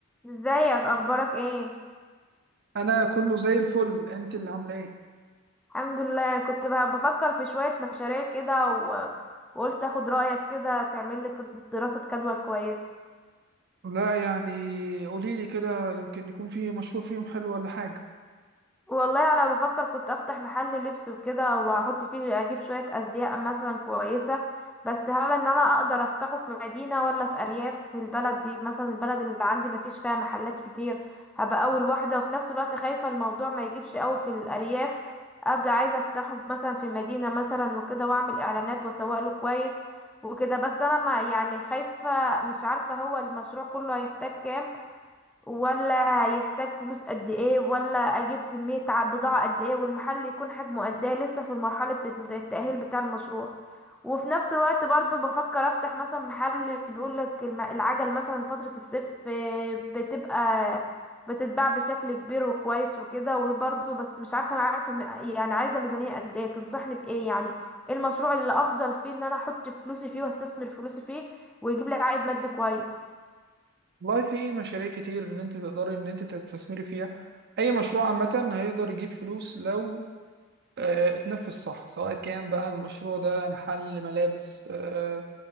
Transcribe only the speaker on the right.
انا كله زي الفل انت اللي عامله ايه
لا يعني قولي لي كده يمكن يكون في مشروع فيهم حلو ولا حاجه
والله في مشاريع كتير اللي انت تقدري ان انت تستثمري فيها اي مشروع عامه هيقدر يجيب فلوس لو آه، اتنفذ صح سواء كان بقى المشروع ده محل ملابس آه،